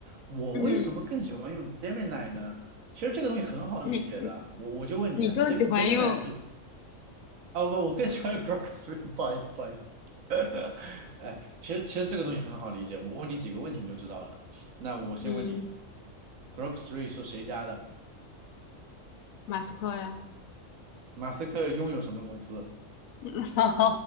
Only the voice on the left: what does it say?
嗯，
你你
你更喜欢用
嗯，
马斯克呀，
<laughs>